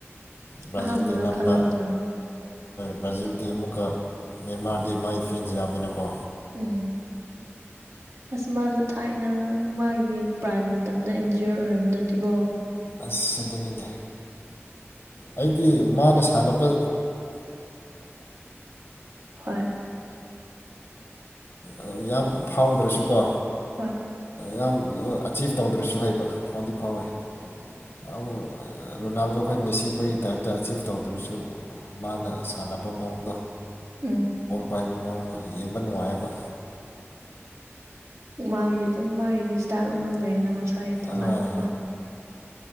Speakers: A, on the left (about 65°); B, on the right (about 70°).
A: ꯕ꯭ꯔꯥꯖꯤꯜꯗꯤ
B: ꯑꯍꯥꯟꯕꯅ
A: ꯑꯅꯝꯕ
B: ꯈꯜꯂꯝꯗꯝꯅꯤ
A: ꯕ꯭ꯔꯥꯖꯤꯜꯗꯤ ꯑꯃꯨꯛꯀ ꯅ ꯃꯥꯥꯗꯤ ꯃꯥꯥꯏ ꯐꯦꯟꯁꯦ ꯌꯥꯝꯃꯤꯅꯀꯣ
B: ꯎꯝ ꯑꯁ ꯃꯥꯁꯨ ꯊꯥꯏꯅ ꯃꯥꯒꯤ ꯄ꯭ꯔꯥꯏꯝ ꯃꯇꯝꯗ ꯏꯟꯖꯔ ꯑꯣꯏꯔꯝꯗ꯭ꯔꯗꯤꯀꯣ
A: ꯑꯁ ꯑꯗꯨꯅꯤꯅꯦ ꯑꯩꯗꯤ ꯃꯥꯅ ꯊꯥꯟꯅꯅꯕ
B: ꯍꯣꯏ
A: ꯑꯣ ꯌꯥꯝ ꯐꯥꯎꯗ꯭ꯔꯁꯨꯀꯣ
B: ꯍꯣꯏ
A: ꯌꯥꯝ ꯑꯆꯤꯞ ꯇꯧꯗ꯭ꯔꯁꯨ ꯍꯩꯕ ꯐꯥꯎꯗꯤ ꯐꯥꯎꯋꯦ ꯌꯥꯝ ꯔꯣꯅꯥꯜꯗꯣ ꯑꯩꯈꯣꯏ ꯃꯦꯁꯤ ꯑꯩꯈꯣꯏꯒꯤ ꯇꯥꯏꯞꯇ ꯑꯆꯤꯞ ꯇꯧꯗ꯭ꯔꯁꯨ ꯃꯥꯅ ꯁꯥꯟꯅꯕ ꯃꯑꯣꯡꯗꯣ
B: ꯎꯝ
A: ꯄꯥꯏ ꯌꯦꯡꯕ ꯅꯨꯡꯉꯥꯏꯕ
B: ꯃꯥꯒꯤ ꯑꯗꯨꯝ ꯃꯥꯒꯤꯗꯤ ꯏꯁꯇꯥꯏꯜ ꯑꯃ ꯂꯩꯅ ꯃꯁꯥꯒꯤ ꯇꯣꯉꯥꯟꯕꯀꯣ
A: ꯍꯣꯏ